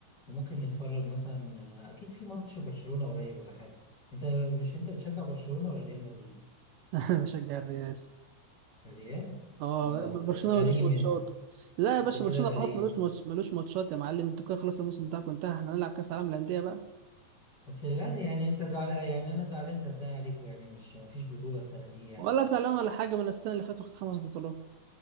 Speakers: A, on the left; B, on the right.
A: وممكن نتفرج مثلا آه، اكيد في ماتش برشلونة قريب ولا حاجة انت مش انت بتشجع برشلونة ولا ريال مدريد
B: <laughs> انا بشجع الريال
A: الريال
B: اه
A: اه غ-
B: برشلونه
A: غريم
B: ملوش ماتشات
A: انت
B: لا يا
A: انت
B: باشا
A: كده
B: برشلونه
A: غريم
B: خلاص ملوش ماتش ملوش ماتشات يا معلم انتوا كده خلاص الموسم بتاعكم انتهى احنا هنلعب كاس عالم للانديه بقى
A: بس للأسف يعني انت زعلان يعني انا زعلان صدقني عليكم يعني مش مفيش بطولة السنة دي يعني
B: ولا زعلان ولا حاجه من السنه اللي فاتت واخد خمس بطولات